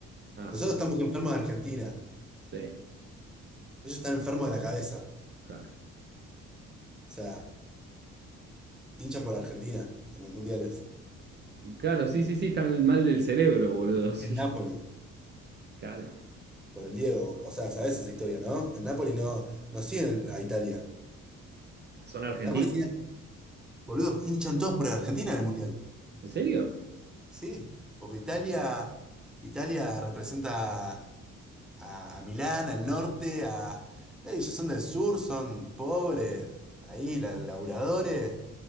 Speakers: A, on the right; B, in the centre.
A: Ah,
B: Nosotros
A: son.
B: estamos enfermos de Argentina.
A: Sí,
B: Ellos están enfermos de la cabeza. O
A: claro.
B: sea. hinchan por Argentina en los mundiales,
A: Claro, sí, sí, sí, están mal del cerebro, boludo. <laughs> Sí,
B: en Napoli,
A: claro.
B: por el Diego, o sea, sabes esa historia, ¿no? En Napoli no, no siguen el- a Italia.
A: ¿Son argentinos?
B: En Napoli siguen, boludo, hinchan todos por Argentina en el mundial.
A: ¿En serio?
B: Sí, porque Italia, Italia representa a, a Milán, al norte, a. eh, ellos son del sur, son pobres, ahí, la- laburadores,